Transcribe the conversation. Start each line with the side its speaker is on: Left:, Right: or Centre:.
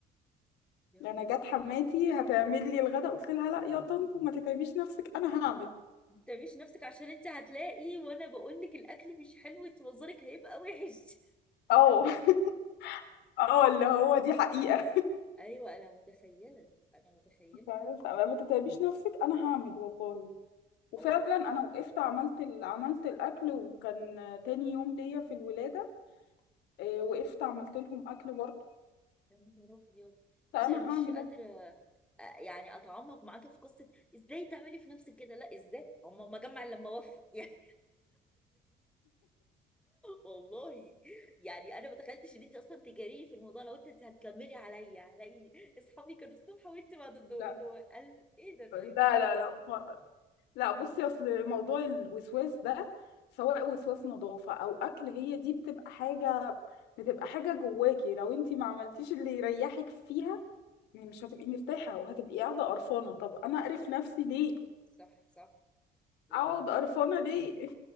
Centre: يا
Left: انا
Centre: نهاري
Left: جت حماتي هتعمل لي الغدا قلت لها لا يا طنط ما تتعبيش نفسك انا هعمل
Centre: ما تعمليش نفسك عشان انت هتلاقي وانا بقول لك الاكل مش حلو انت منظرك هيبقى وحش
Left: اه <laughs> اه اللي هو دي حقيقة
Centre: <laughs> ايوه انا متخيله انا متخيله
Left: فاهمة؟ فما تتعبيش نفسك انا هعمل والله وفعلا
Centre: اه
Left: انا وقفت عملت ال... عملت الاكل وكان تاني يوم ليا في الولاده آه، وقفت عملت لهم اكل برضه
Centre: يا نهار ابيض
Left: لا
Centre: بصي
Left: انا
Centre: انا مش
Left: هعمل
Centre: قادره
Left: أكل.
Centre: آه، يعني اتعمق معاكي في قصه ازاي تعملي في نفسك كده لا ازاي هم ما جمع إلا لما وفى <laughs> يعني والله يعني انا ما تخيلتش ان انت اصلا تجاريه في الموضوع لو انت هتكملي عليا علي اصحابي كانوا الصبح وانت بعد الظهر
Left: لا
Centre: اللي هو قال ايه ده طيب
Left: لا لا لا ما- لا بصي اصل موضوع الوسواس ده سواء وسواس نظافه او اكل هي دي بتبقى حاجه بتبقى حاجه جواكي لو انتي ما عملتيش اللي يريحك فيها يعني مش هتبقي مرتاحه وهتبقي قاعده قرفانه طب انا اقرف نفسي ليه
Centre: صح صح لا
Left: اقعد
Centre: لا لا
Left: قرفانه
Centre: هي صعبه
Left: ليه